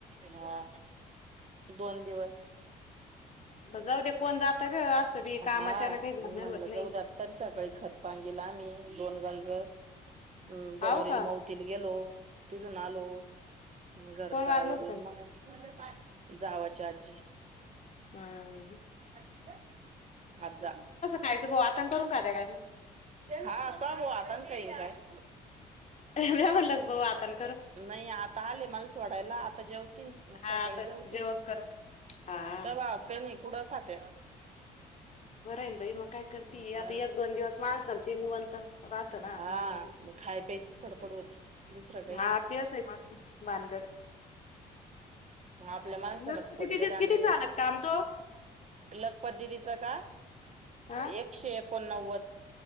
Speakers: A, on the right; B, on the left.
A: हा दोन दिवस...
B: जाऊ दे कोण जात का असं.... बी
A: हा
B: कामाच्यानं काही
A: मग
B: जाणं
A: म्हणलं
B: होत नाही.
A: जाऊ द्यात तरी सकाळी खतपाणी गेला दोन गंज... व.. हम्
B: हाव
A: गनोरील
B: का?
A: माऊती गेलो.. तिथुन आलो... म घरचं
B: कोण वारलं
A: आवरलो
B: होतं का?
A: माहेरी.. जावची आज्जी..
B: हम्...
A: तिथं... आज्जा...
B: खायचं भाऊ आतान करून खाते काय?
A: होय गं...
B: ह लगव हातान...
A: नाही आता आले मला सोडायला, आता जेवतील मग सकाळी
B: हा आता
A: जेवतील
B: जेवण करून हा.
A: तवा असं नाही. पुढं खाते...
B: बरं आहे ना बाई मग काय करती
A: हा
B: आता एक दोन दिवस माणसाला ते निवांत राहतं ना
A: हा
B: माणूस बी.
A: मग खाय प्यायचीच फडफड होती दुसरं काही
B: हा
A: नाही..
B: तेच हाय भानगड..
A: हं आपल्या माणसाला
B: लग किती
A: खोडी
B: किती
A: लय दांडगी
B: किती झालं
A: आहे,
B: काम तो?
A: लखपदीच का
B: हा.
A: एकशे एक.. ऐकोनव्वद...